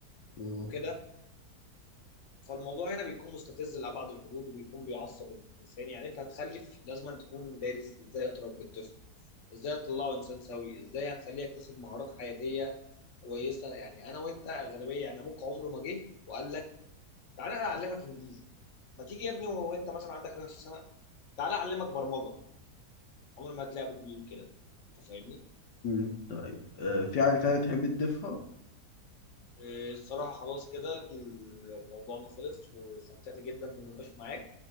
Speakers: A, on the left (about 80°); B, on the left (about 50°).
A: مم.
B: وكده فالموضوع هنا بيكون مستفز لأبعد الحدود وبيكون بيعصب الإنسان يعني أنت هتخلف لازم تكون دارس إزاي هتربي الطفل إزاي هتطلعه إنسان سوي إزاي هتخليه يكتسب مهارات حياتية كويسة يعني أنا وأنت أغلبية يعني أبوك عمره ما جه وقال لك تعالى أعلمك إنجليزي ما تيجي يا ابني وانت مثلا عندك 11 سنه تعالى اعلمك برمجه عمر ما هتلاقي ابوك بيقول كده انت فاهمني
A: مم. طيب آه في حاجة تانية تحب تضيفها؟
B: إيه، الصراحه خلاص كده الموضوع أنا خلص واستمتعت جدا بالنقاش معاك